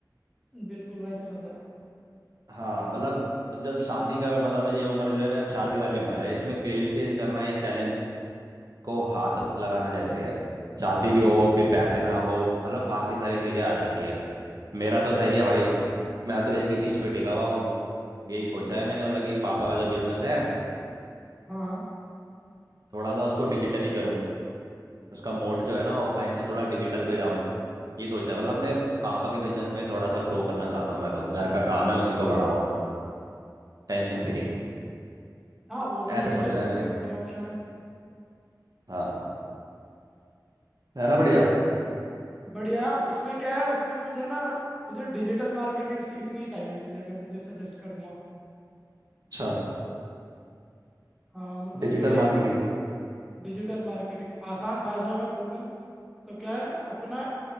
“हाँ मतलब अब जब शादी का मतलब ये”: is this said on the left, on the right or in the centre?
Right